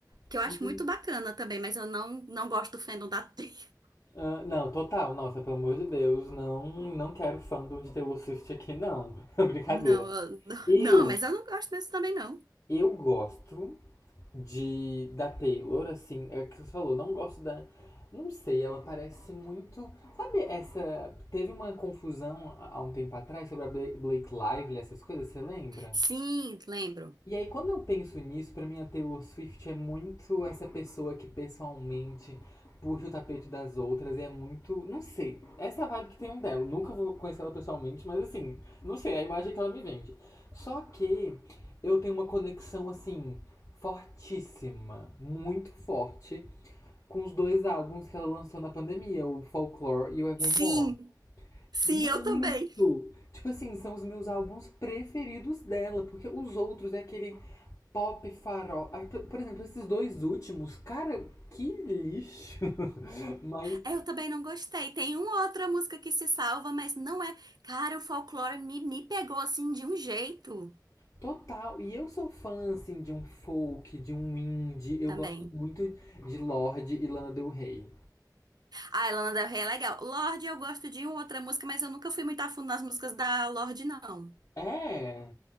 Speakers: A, on the right; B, on the left.
A: Que
B: sim.
A: eu acho muito bacana também, mas eu não, não gosto do fandom da Taylor. <laughs>
B: Ah, não, total, nossa, pelo amor de Deus, não, não quero fandom de Taylor Swift aqui, não. <laughs> Brincadeira.
A: Não, eu-
B: Eu,
A: não, mas eu não gosto desse também, não.
B: eu gosto de da Taylor, assim, é o que você falou, não gosto da. Não sei, ela parece muito. Sabe, essa. Teve uma confusão há há um tempo atrás sobre a Bla- Blake Lively, essas coisas, você lembra?
A: Sim, lembro.
B: E aí, quando eu penso nisso, pra mim a Taylor Swift é muito essa pessoa que pessoalmente puxa o tapete das outras e é muito. Não sei. Essa vibe que tem um dela. Nunca vou conhecer ela pessoalmente, mas assim, não sei, é a imagem que ela me vende. Só que eu tenho uma conexão, assim, fortíssima, muito forte, com os dois álbuns que ela lançou na pandemia, o Folklore e o Evermore.
A: Sim, sim,
B: Muito!
A: eu também.
B: Tipo assim, são os meus álbuns preferidos dela, porque os outros é aquele Pop, farol. Por por exemplo, esses dois últimos, cara, que lixo. <laughs> Mas
A: É, Eu também não gostei. Tem uma outra música que se salva, mas não é. Cara, o folclore me, me pegou assim de um jeito
B: total. E eu sou fã, assim, de um folk, de um indie. Eu
A: também.
B: gosto muito de Lorde e Lana Del Rey.
A: Ah, Lana Del Rey é legal. Lorde, eu gosto de uma outra música, mas eu nunca fui muito a fundo nas músicas da Lorde, não.
B: É.